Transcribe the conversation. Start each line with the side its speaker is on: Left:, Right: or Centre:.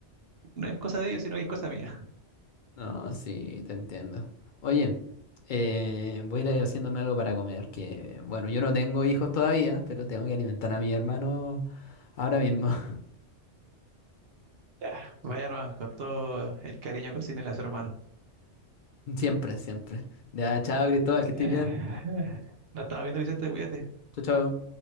Right: no es cosa de ellos, sino que es cosa mía.
Left: No, sí, te entiendo. Oye,
Right: <laughs>
Left: eh, voy a ir haciéndome algo para comer, que bueno, yo no tengo hijos todavía, pero tengo que alimentar a mi hermano ahora mismo. <laughs>
Right: Ya, vaya nomás, con todo el cariño que tiene a su hermano.
Left: Siempre, siempre. Ya, chao, Cristóbal,
Right: <laughs>
Left: que estés bien.
Right: Nos estamos viendo, Vicente, cuídate.
Left: Chao, chao.